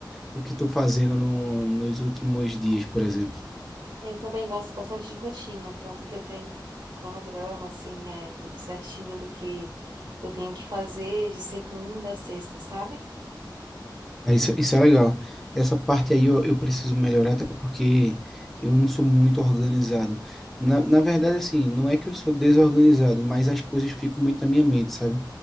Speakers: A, in the centre; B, on the right.
A: o que estou fazendo no, nos últimos dias, por exemplo.
B: Eu também gosto bastante de rotina, tanto que eu tenho um cronograma, assim, é tudo certinho do que eu tenho que fazer de segunda a sexta, sabe?
A: Aí Isso, isso é legal. Essa parte aí eu, eu preciso melhorar, até porque eu não sou muito organizado. Na, na verdade, assim, não é que eu sou desorganizado, mas as coisas ficam muito na minha mente, sabe?